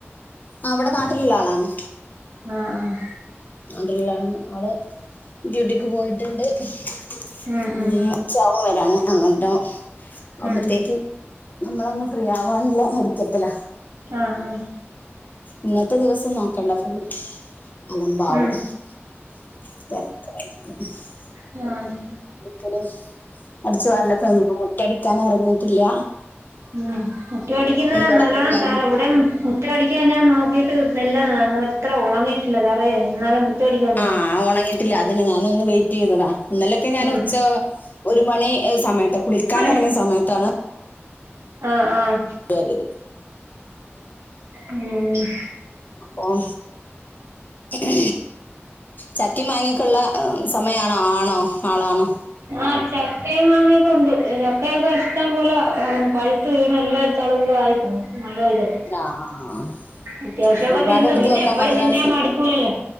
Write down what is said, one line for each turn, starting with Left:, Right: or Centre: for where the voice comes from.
Left: ആ വടെ നാട്ടിലുള്ള ആളാണ്
Right: ആഹ് ആഹ്
Left: അണ്ടല്ലാണ് ആള് ഡ്യൂട്ടിക്ക് പോയിട്ടുണ്ട് <unintelligible>
Right: ഉം ഉം
Left: ഉച്ചാവും വരാണ് അന്നിട്ടം ആവുമ്പോത്തേക്ക്
Right: ഉം
Left: നമ്മളൊന്ന് ഫ്രീ ആവാനല്ല ഒരുക്കത്തില്ല
Right: ആഹ് ഹ
Left: ഇന്നത്തെ ദിവസം നോക്കണ്ട ഫുൾ <unintelligible>
Right: ഉം ഞാന്
Left: <unintelligible> അടിച്ചു വാരലൊക്കെ കയിഞ്ഞ് ഇപ്പോ മുറ്റടിക്കാന് ഇറങ്ങിട്ടില്ല
Right: ഉം മുറ്റം അടിക്കുന്ന
Left: തുടക്കലും
Right: നല്ലോണ്ണം
Left: കഴിഞ്ഞ്
Right: <unintelligible> ഇവിടേം ഉം മുറ്റ അടിക്കാൻ ഞാൻ നോക്കിയിട്ട് നെല്ല ഇത്ര ഒണങ്ങിയിട്ടില്ല തറേ എന്നാലും മുറ്റമടിക്കാൻ തോന്നും
Left: ആഹ് ഒണങ്ങിയിട്ടില്ല അതന്നെ ഞാനും ഒന്ന് വെയിറ്റ് ചെയ്തതാ ഇന്നലൊക്കെ ഞാന്
Right: ഉം
Left: ഉച്ച ഒരു മണി ഏഹ് സമയത്ത് കുളിക്കാൻ
Right: ആഹ്
Left: എറങ്ങിയ സമയത്താണ്
Right: ആഹ് ആഹ്
Left: വരുത്
Right: ഉം
Left: അപ്പോം ചക്ക് ചക്കേം മാങ്ങയൊക്കെ ഇള്ള <unintelligible> സമയാണോ ആണോ ആളാണോ
Right: ആഹ് ചക്കേം മാങ്ങയൊക്കെ ഒണ്ട് ചക്കയൊക്കെ ഇഷ്ട്ടം പോലെ കെടക്കുന്നു പഴ് ഴ്ത്ത് വീണ് എല്ലാം ചളു പിളാ ആയി പോന്നു. മഴ പെയ്തിട്ട്
Left: ആഹ് ആഹ് ആഹ്
Right: അത്യാവശ്യൊക്കെ
Left: ഒരുപാട്
Right: തിന്നു
Left: എടുത്ത്
Right: പിന്നെ
Left: വെക്കാൻ
Right: എപ്പഴും
Left: പറ്റുന്ന
Right: തിന്നാൻ
Left: ഒരു
Right: മടുക്കൂലല്ലോ